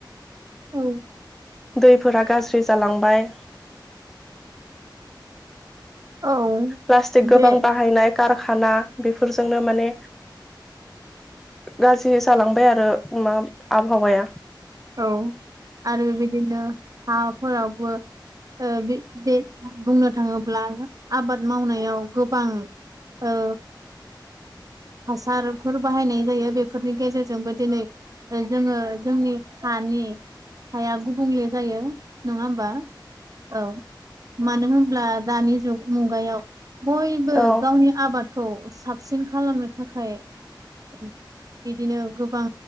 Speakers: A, on the right; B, in the centre.
A: औ
B: दैफोरा गाज्रि जालांबाय।
A: औ
B: प्लास्टिक गोबां
A: बे
B: बाहायनाय कारखाना बेफोरजोंनो माने गाज्रि जालांबाय आरो मा आबहावाया।
A: औ आरो बेदिनो हाफोरावबो ओ बे बुंनो थाङोब्ला आबाद मावनायाव गोबां औ हासारफोर बाहायनाय जायो बेफोरनि गेजेरजोंबो दिनै जोंङो जोंनि हा नि हाया गुबुंले जायो। नङा होमबा औ मानो होनब्ला दानि जुग मुगायाव बयबो
B: औ
A: गावनि आबादखौ साबसिन खालामनो थाखाय बिदिनो गोबां